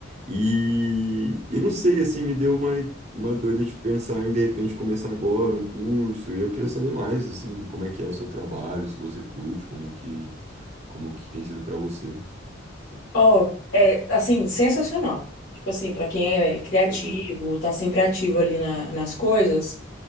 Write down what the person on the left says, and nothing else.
Ó, é assim, sensacional. Tipo assim, pra quem é criativo,
tá sempre ativo ali na- nas coisas,